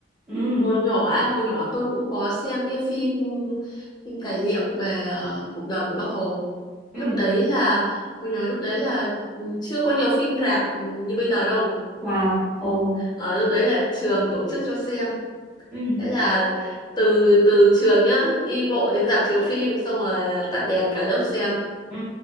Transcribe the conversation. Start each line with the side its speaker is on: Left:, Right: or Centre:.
Centre: ừ
Left: hồi nhỏ ấy, hồi nhỏ tôi cũng có xem cái phim phim tài liệu về ờ, cuộc đời của Bác Hồ.
Centre: ừ
Left: Lúc đấy là hồi nhỏ lúc đấy là ừ, chưa có nhiều phim rạp ừ, như bây giờ đâu.
Centre: wow ồ
Left: Ờ, lúc đấy là trường tổ chức cho xem.
Centre: ừ
Left: Thế là từ từ trường nhá, đi bộ đến rạp chiếu phim xong rồi tắt đèn cả lớp xem.
Centre: Ừ.